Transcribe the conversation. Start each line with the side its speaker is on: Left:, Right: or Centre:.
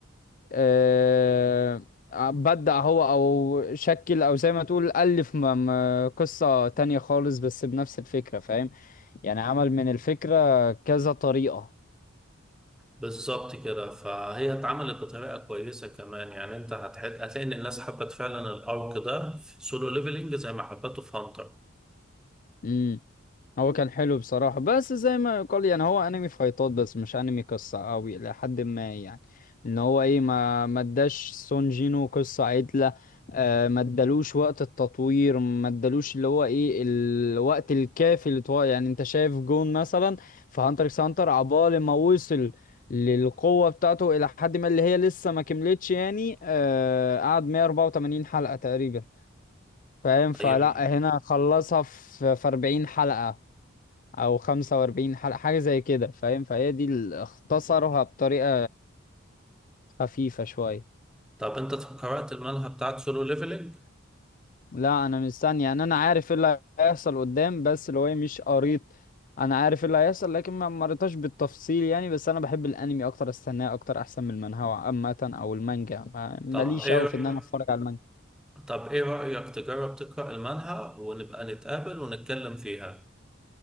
Left: آه بدأ هو او شكل او زي ما تقول ألف م- م- قصة تانية خالص بس بنفس الفكرة فاهم يعني عمل من الفكرة كذا طريقة
Centre: بالظبط كده فهي اتعملت بطريقة كويسة كمان يعني انت هتحل... هتلاقي ان الناس حبت فعلا الارك ده في سولو ليفلنج زي ما حبته في هانتر
Left: امم هو كان حلو بصراحة بس زي ما يقال يعني هو انمي فايتات بس مش انمي قصة قوي الى حد ما يعني ان هو ايه ما ما اداش سون جينو قصة عدلة آه ما ادالوش وقت التطوير ما ادالوش اللي هو ايه الوقت الكافي اللي طوال يعني انت شايف جون مثلا في هانتر اكس هانتر عبال ما وصل للقوة بتاعته الى حد ما اللي هي لسه ما كملتش يعني آه قعد 184 حلقة تقريبا فاهم
Centre: طيب
Left: فلا هنا خلصها في في 40 حلقة او 45 حلقة حاجة زي كده فاهم فهي دي اللي اختصرها بطريقة خفيفة شوية
Centre: طب انت قرأت المانهوا بتاعت سولو ليفلنج
Left: لا انا مستني يعني انا عارف ايه اللي هيحصل قدام بس اللي هو إيه مش قريت انا عارف إيه اللي هيحصل لكن ما مريتش بالتفصيل يعني بس انا بحب الانمي اكتر استناه اكتر احسن من المانهوا عامة او المانجا ما- ماليش
Centre: طب ايه
Left: قوي في ان انا اتفرج على المانجا
Centre: طب ايه رأيك تجرب تقرأ المانهوا ونبقى نتقابل ونتكلم فيها